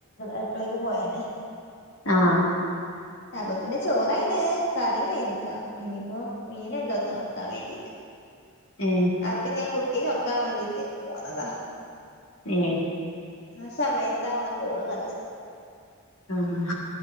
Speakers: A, on the left; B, on the left.
A: അടുക്കളേക്ക് പോയന്നെ
B: ആഹ
A: അപ്പൊ പിന്നെ ചോറയിന്ന് കറിയ ആയിനട്ടാ ഇനിയിപ്പോ മീന ഇണ്ടോ ഒന്ന് വക്കാൻ വേണ്ടിട്ട്
B: ഏ
A: അപ്പൊ ഞാൻ കുട്ടീ ഉറക്കാൻ വേണ്ടീട്ട് പോന്നതാ
B: ഇനി
A: ആ സമയത്ത്ങ്ങളെ കോള് കണ്ടത്
B: ആഹ